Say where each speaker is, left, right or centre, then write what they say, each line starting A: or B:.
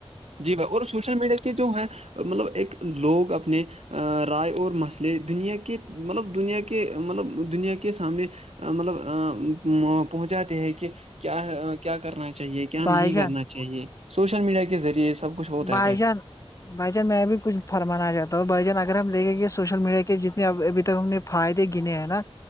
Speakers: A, on the right; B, on the left.
A: جی بھائی اور سوشل میڈیا کے جو ہے مطلب ایک لوگ اپنے رائے اور مسئلے دنیا کے مطلب دنیا کے مطلب دنیا کے سامنے مطلب ا پہنچاتے ہیں کہ کیا کیا کرنا چاہیے کیا نہیں
B: بھائی جان
A: کرنا چاہیے سوشل میڈیا کے ذریعے سب کچھ ہوتا
B: بھائی
A: ہے
B: جان بھائی جان میں بھی کچ فرمانا چتاہوں بھائی جان اگر ہم دیکھیں گے سوشل میڈیا کے جتنے ابھی تو ہم نے فائدے گنے ہیں نا